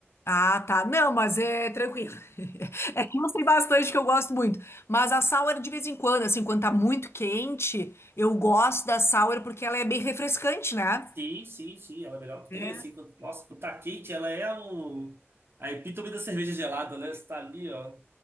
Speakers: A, on the left (about 70°); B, on the right (about 60°).
A: Ah, tá. Não, mas é tranquilo. <laughs> É que eu sei bastante que eu gosto muito. Mas a sour, de vez em quando, assim, quando tá muito quente, eu gosto da sour porque ela é bem refrescante, né?
B: Sim, sim, sim, ela é a melhor que
A: É,
B: tem, assim, quando, nossa, quando tá quente, ela é o, a epítome da cerveja gelada, né? Você tá ali, ó,